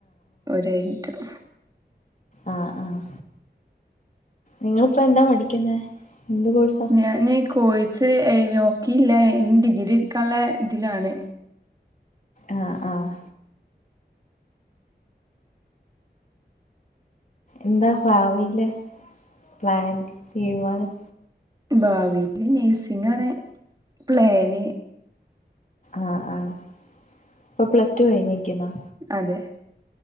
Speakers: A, on the right; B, on the left.
A: ഓരോ ഐറ്റം
B: ആഹ് ആഹ് നിങ്ങളിപ്പോ എന്താ പഠിക്കുന്നെ എന്ത് കോഴ്സാ
A: ഞാന് കോഴ്സ് നോക്കിയില്ല ഇനി ഡിഗ്രി എടുക്കാനുള്ള ഇതിലാണ്
B: ആഹ് ആഹ് എന്താ ഭാവിയിലെ പ്ലാൻ തീരുമാനം.
A: ഭാവിയിൽ നഴ്സിംഗ് ആണ് പ്ലാന്
B: ആഹ് ആഹ് ഇപ്പൊ പ്ലസ് ടു കഴിഞ്ഞിനിക്കുന്നോ
A: അതെ